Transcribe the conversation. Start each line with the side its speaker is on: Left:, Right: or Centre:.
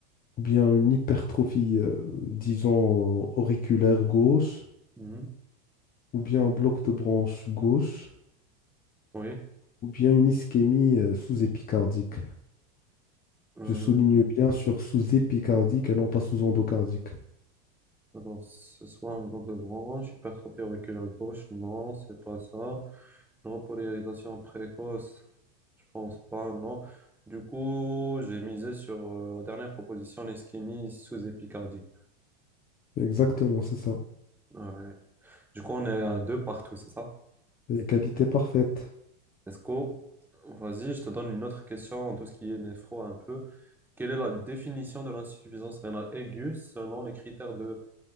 Left: ou bien une hypertrophie, euh, disons, auriculaire gauche
Centre: mhm,
Left: ou bien un bloc de branche gauche?
Centre: Oui.
Left: ou bien une ischémie euh, sous-épicardique.
Centre: Euh,
Left: Je souligne bien sur sous-épicardique et non pas sous-endocardique.
Centre: Alors, ce soit un bloc de branche, hypertrophie auriculaire gauche, non, c'est pas ça. Non, polarisation précoce, je pense pas, non. Du coup, j'ai misé sur euh, la dernière proposition, l'ischémie sous-épicardique.
Left: Exactement, c'est ça.
Centre: Ouais. Du coup, on est à deux partout, c'est ça?
Left: Égalité parfaite.
Centre: Est-ce que, vas-y, je te donne une autre question en tout ce qui est néphro un peu. Quelle est la définition de l'insuffisance rénale aiguë selon les critères de